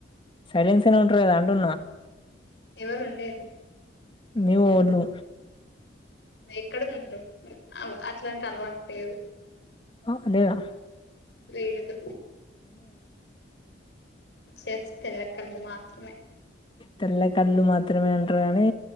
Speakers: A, on the left (about 25°); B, on the left (about 65°).
A: సైలెన్స్ గనే ఉంటారు కదా అంటున్నా
B: ఎవరు ఉండేది
A: మీ వొళ్ళు
B: ఎక్కడు ఉన్నారు అట్లాంటి అలవాటు లేవు
A: ఆ లేద
B: లేదు జస్ట్ తెల్లకల్లు మాత్రమే
A: తెల్ల కళ్ళు మాత్రమే అంటారు కానీ